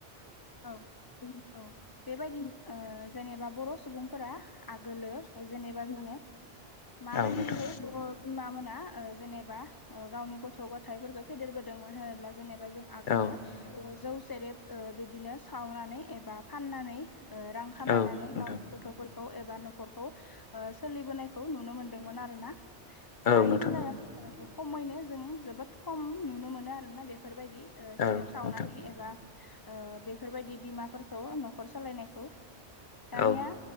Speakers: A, on the left; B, on the left.
A: औ औ बेबायदिनो ओ जेनेबा बर' सुबुंफोरा आगोलो जेनेबा जोङो माबायदिहै
B: औ नोंथां
A: बर' बिमामोन ना ओ जेनेबा ओ गावनि गथ' गथायफोरखौ फेदेरबोदोंमोन होनोब्ला जेनेबा जों आगोलो
B: औ
A: ओ जौ सेरेब ओ बिदिनो सावनानै एबा फाननानै ओ रां खामायनानै
B: औ नोंथां
A: गाव फोरखौ एबा न'खरखौ ओ सोलिबोनायखौ नुनो मोनदोंमोन आरो ना।
B: औ
A: दानि
B: नोंथां
A: बेलायाव खमैनो जों जोबोद खम नुनो मोनो आरोना बेफोरबाय दि ओ
B: औ
A: सेरेब
B: औ
A: सावनानै
B: नोंथां
A: एबा ओ बेफोरबायदि बिमाफोरखौ न'खर सालायनाय खौ दानिया
B: औ